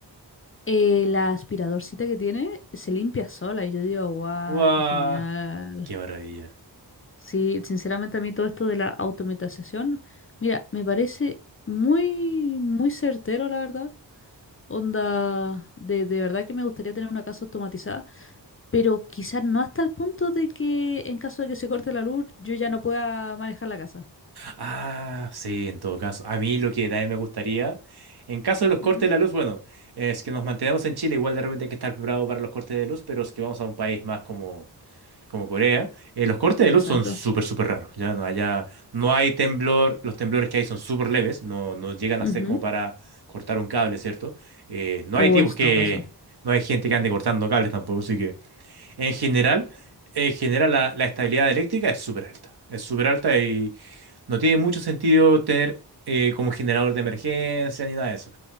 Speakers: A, on the left; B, on the right.
A: eh, la aspiradorcita que tiene se limpia sola y yo digo, guau,
B: Guau,
A: qué genial.
B: ¡Qué maravilla!
A: Sí, sinceramente a mí todo esto de la automatización, mira, me parece muy, muy certero, la verdad. Onda, de, de verdad que me gustaría tener una casa automatizada, pero quizás no hasta el punto de que en caso de que se corte la luz, yo ya no pueda manejar la casa.
B: Ah, sí, en todo caso. A mí lo que también me gustaría, en caso de los cortes
A: Ujú,
B: de la luz, bueno, es que nos mantenemos en Chile, igual de repente hay que estar preparado para los cortes de luz, pero es que vamos a un país más como, como Corea. eh, los cortes de
A: Exacto.
B: luz son súper, súper raros. Ya no, allá no hay temblor, los temblores que hay son súper leves, no, no llegan
A: Ujú.
B: a ser como para cortar un cable, ¿cierto? Eh, no hay
A: O
B: tipos
A: en
B: que,
A: todo caso.
B: no hay gente que ande cortando cables tampoco, así que... En general, en general la, la estabilidad eléctrica es súper alta. Es súper alta y no tiene mucho sentido tener eh, como generador de emergencia ni nada de eso.